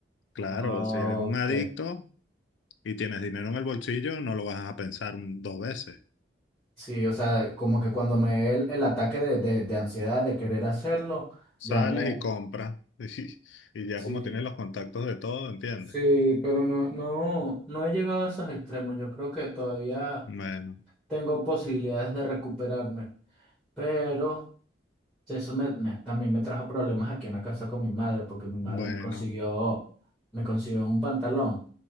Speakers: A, on the left; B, in the centre.
A: claro,
B: Ok,
A: si eres un adicto y tienes dinero en el bolsillo, no lo vas a pensar un- dos veces.
B: Sí, o sea, como que cuando me dé el, el ataque de, de, de ansiedad de querer hacerlo,
A: Sales
B: ya me...
A: y compras. <laughs> Y, y ya
B: Sí,
A: como tienes los contactos de todo, ¿entiendes?
B: sí, pero no, no, no he llegado a esos extremos. Yo creo que todavía
A: Bueno,
B: tengo posibilidades de recuperarme, pero eso me, me- también me trajo problemas aquí en la casa con mi madre, porque mi madre
A: bueno,
B: me consiguió, me consiguió un pantalón,